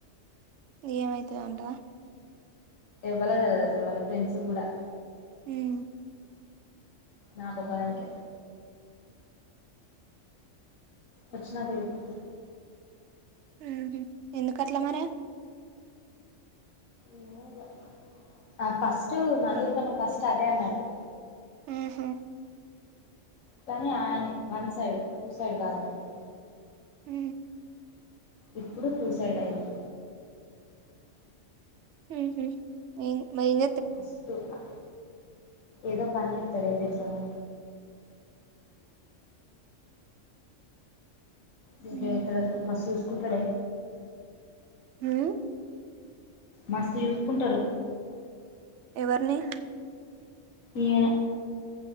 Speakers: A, on the right; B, on the left.
A: ఏమైతది అంటావా.
B: ఎవ్వలకి తెలవదు అసలు, వాళ్ళ ఫ్రెండ్స్ కి కూడా
A: ఉమ్
B: నాకొక్కదానికే వచ్చినంక చూపిస్తా
A: ఉహు ఎందుకు అట్లామరి
B: ఏమో ఇగ ఆ ఫస్ట్ మన ఊరి కన్నా ఫస్ట్ అదే అన్నాట్టు
A: ఉహూ
B: కనీ ఆయనే వన్ సైడ్ టూ సైడ్ కాదన్నట్టు
A: ఊ
B: ఇప్పుడు టూ సైడ్ అయింది
A: ఉహూ ఏ మైన
B: మస్తు ఆ ఏదో పని చెత్తడే ఎదెంట్లనొ దెంట్ల
A: మ్మ్
B: చేతడు మస్త్ చూసుకుంటాడే
A: ఊ
B: మస్తు చూసుకుంటడు
A: ఎవర్ని
B: ఈయనే